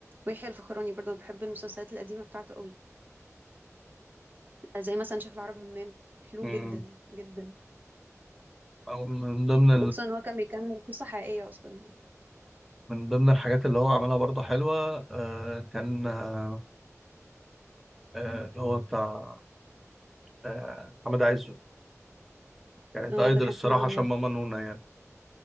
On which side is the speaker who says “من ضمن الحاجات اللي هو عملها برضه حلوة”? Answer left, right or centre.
Centre